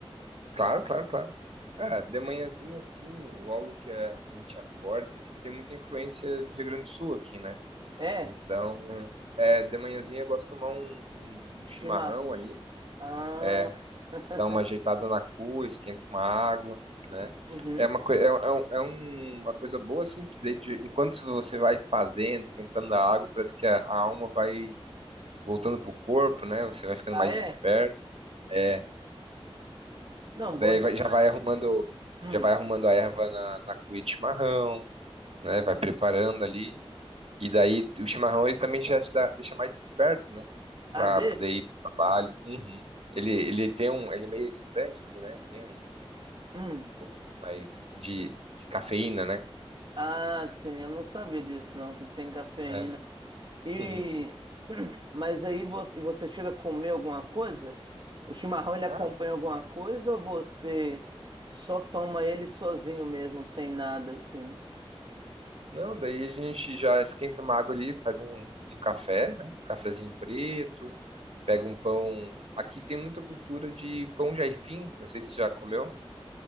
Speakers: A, on the right; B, on the right.
A: Claro, claro, claro. Ah, de manhãzinha, assim, logo que a que a gente acorda, a gente tem muita influência do Rio Grande do Sul aqui, né?
B: É,
A: Então, é, de manhãzinha eu gosto de tomar um, um, um
B: chimarrão.
A: chimarrão ali,
B: Ah...
A: é,
B: <laughs>
A: dar uma ajeitada na cua, esquenta uma água, né?
B: Uhum.
A: É uma, coi- é, é, um- é um- uma coisa boa, assim, que daí de- enquanto você vai fazendo, esquentando a água, parece que a, a alma vai voltando pro corpo, né? Você vai ficando
B: Ah,
A: mais
B: é?
A: desperto. É,
B: Não,
A: Daí
B: bom demais.
A: vai- já vai arrumando,
B: Hum.
A: já vai arrumando a erva na, na cuia de chimarrão, né? Vai preparando ali. E daí o chimarrão ele também já te dá- deixa mais desperto, né?
B: Ah,
A: Pra
B: deixa?
A: poder ir pro trabalho. Uhum. Ele, ele tem um, ele é meio excitante, assim, né? Ele tem um
B: Hum.
A: pouquinho mais de, de cafeína, né?
B: Ah, sim, eu não sabia disso, não, que tem cafeína.
A: É.
B: E.
A: Uhum.
B: <clears throat> Mas aí você, você chega a comer alguma coisa? O chimarrão ele
A: <laughs>
B: acompanha
A: Ah,
B: alguma coisa ou você só toma ele sozinho mesmo, sem nada, assim?
A: Não, daí a gente já esquenta uma água ali, faz um, um café, né? Cafezinho preto, pega um pão. Aqui tem muita cultura de pão de aipim, não sei se já comeu.